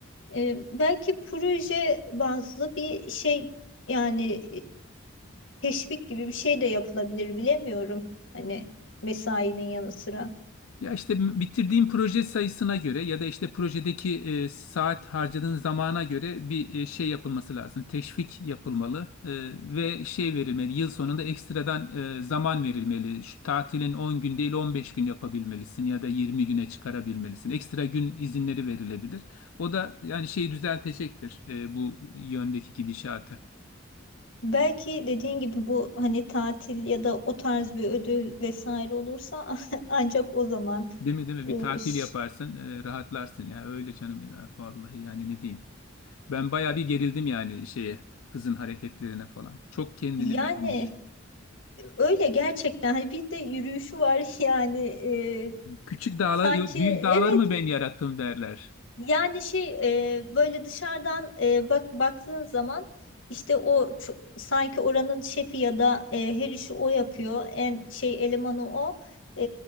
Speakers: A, on the left; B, on the left.
A: E, belki proje bazlı bir şey yani teşvik gibi bir şey de yapılabilir bilemiyorum. Hani mesainin yanı sıra.
B: Ya işte m- bitirdiğin proje sayısına göre ya da işte projedeki e, saat harcadığın zamana göre bir e, şey yapılması lazım. Teşvik yapılmalı e, ve şey verilmeli. Yıl sonunda ekstradan e, zaman verilmeli. Şu tatilin 10 gün değil 15 gün yapabilmelisin ya da 20 güne çıkarabilmelisin. Ekstra gün izinleri verilebilir. O da yani şeyi düzeltecektir e, bu yöndeki gidişatı.
A: Belki dediğin gibi bu hani tatil ya da o tarz bir ödül vesaire olursa <laughs> ancak o zaman
B: Değil mi değil mi?
A: e,
B: Bir tatil
A: ş-
B: yaparsın, e, rahatlarsın ya. Öyle canım ya. Vallahi yani ne diyeyim. Ben bayağı bir gerildim yani şeye kızın hareketlerine falan. Çok kendini
A: yani
B: beğenmiş.
A: öyle gerçekten hani bir de yürüyüşü var <laughs> yani e,
B: Küçük dağlar
A: sanki
B: yok büyük
A: evet
B: dağları mı ben yarattım derler.
A: Yani şey e, böyle dışarıdan e, bak baktığın zaman işte o ço- sanki oranın şefi ya da e, her işi o yapıyor. En şey elemanı o. E,